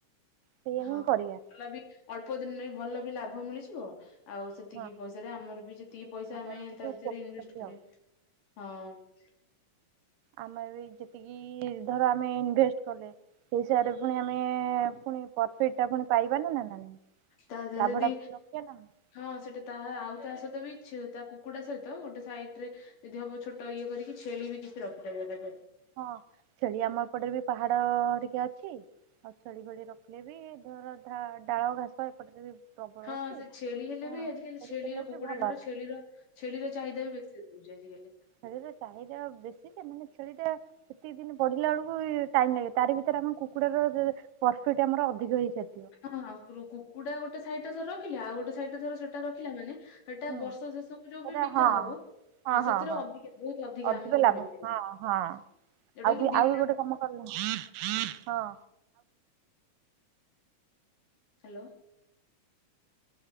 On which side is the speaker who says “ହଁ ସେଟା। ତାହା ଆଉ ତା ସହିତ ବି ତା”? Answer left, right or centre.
Left